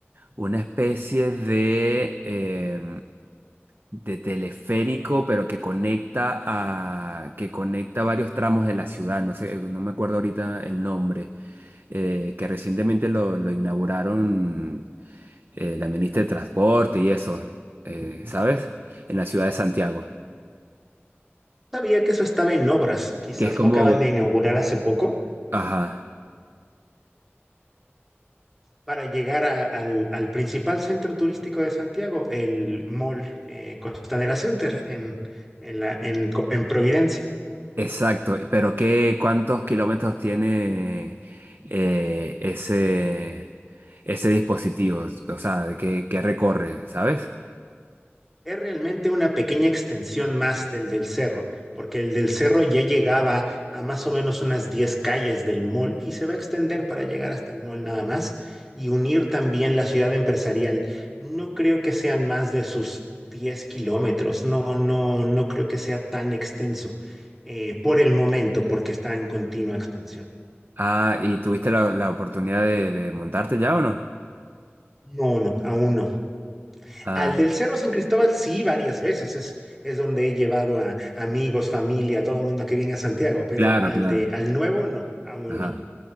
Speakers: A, on the right (about 55°); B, in the centre.
A: una especie de, eh, de teleférico, pero que conecta a, que conecta varios tramos de la ciudad. No sé, no me acuerdo ahorita el nombre, eh, que recientemente lo, lo inauguraron, eh, la ministra de Transporte y eso, eh, Ujú. ¿sabes? En la ciudad de Santiago,
B: Sabía que eso estaba en obras, quizás
A: que es como,
B: lo acaban de inaugurar hace poco
A: ajá.
B: para llegar a- al, al principal centro turístico de Santiago, el Mall eh, Costanera Center en, en la, en Co- en Providencia.
A: Exacto, pero ¿qué, cuántos kilómetros tiene eh, ese, ese dispositivo? O sea, ¿de ¿qué, qué recorre, sabes?
B: Es realmente una pequeña extensión más del del cerro, porque el del cerro ya llegaba a más o menos unas 10 calles del mall y se va a extender para llegar hasta el mall nada más y unir también la ciudad empresarial. No creo que sean más de sus 10 kilómetros, no, no, no creo que sea tan extenso eh, por el momento, porque está en continua expansión.
A: Ah, ¿y tuviste la, la oportunidad de, de montarte ya o no?
B: No, no, aún no.
A: Ah,
B: Al del Cerro San Cristóbal, sí, varias veces. Es, es donde he llevado a amigos, familia, todo el mundo que viene a Santiago, pero
A: claro,
B: al
A: claro.
B: de, al nuevo, no, aún
A: Ajá.
B: no.